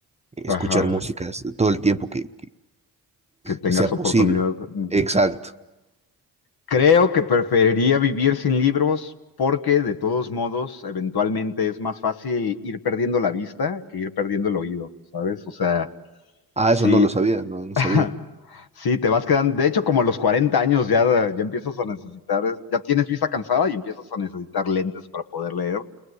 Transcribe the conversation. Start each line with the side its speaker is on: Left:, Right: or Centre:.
Right: escuchar
Left: ajá,
Right: música es todo el tiempo que, que-
Left: que tengas
Right: que sea
Left: oportunidad.
Right: posible.
Left: ujú.
Right: Exacto.
Left: Creo que preferiría vivir sin libros porque de todos modos, eventualmente es más fácil ir perdiendo la vista que ir perdiendo el oído, ¿sabes? O sea,
Right: Ah,
Left: sí,
Right: eso no lo sabía, no, no
Left: <laughs>
Right: sabía.
Left: sí, te vas quedando, de hecho, como a los 40 años ya, ya empiezas a necesitar, ya tienes vista cansada y empiezas a necesitar lentes para poder leer